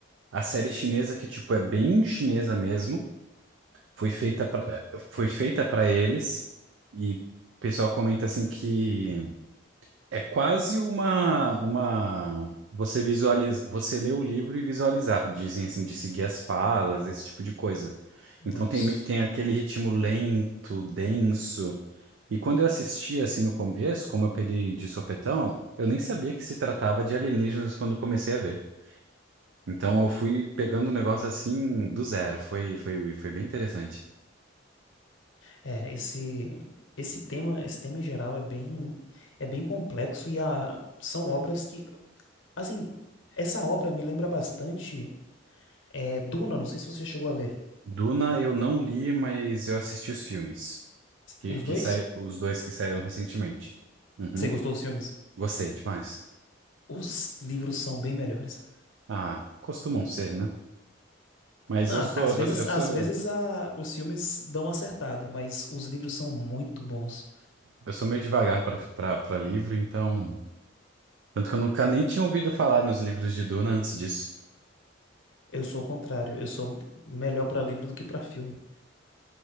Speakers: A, on the right; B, on the left.
A: A série chinesa que, tipo, é bem chinesa mesmo. Foi feita pra, foi feita para eles. E o pessoal comenta assim que É quase uma, uma... Você visualiza, você lê o livro e visualizar, dizem assim, de seguir as falas, esse tipo de coisa.
B: Nossa.
A: Então tem, me- tem aquele ritmo lento, denso. E quando eu assisti assim no começo, como eu peguei de sopetão, eu nem sabia que se tratava de alienígenas quando eu comecei a ver. Então eu fui pegando o negócio assim do zero. Foi, foi, foi bem interessante.
B: É, esse esse tema, esse tema em geral é bem é bem complexo e a, são obras que, assim, essa obra me lembra bastante É Duna, não sei se você chegou a ler.
A: Duna eu não li, mas eu assisti os filmes, que,
B: Os
A: que
B: dois?
A: sai, os dois que saíram recentemente. Uhum.
B: Você gostou dos filmes?
A: Gostei demais.
B: Os livros são bem melhores.
A: Ah, costumam ser, né? Mas
B: Não,
A: eu sou,
B: às vezes,
A: eu, eu sou,
B: às vezes a- os filmes dão uma acertada, mas os livros são muito bons.
A: eu sou meio devagar para livro, então. Tanto que eu nunca nem tinha ouvido falar nos livros de Duna antes disso.
B: Eu sou o contrário, eu sou melhor pra livro do que pra filme,